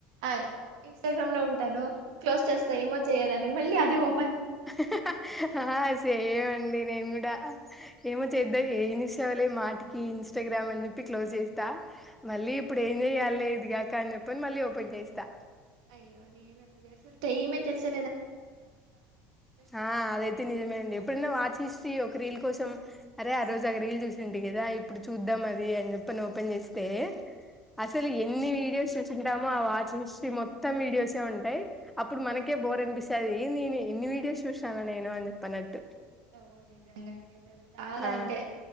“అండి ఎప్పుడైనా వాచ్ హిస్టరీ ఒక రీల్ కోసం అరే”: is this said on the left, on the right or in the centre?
Centre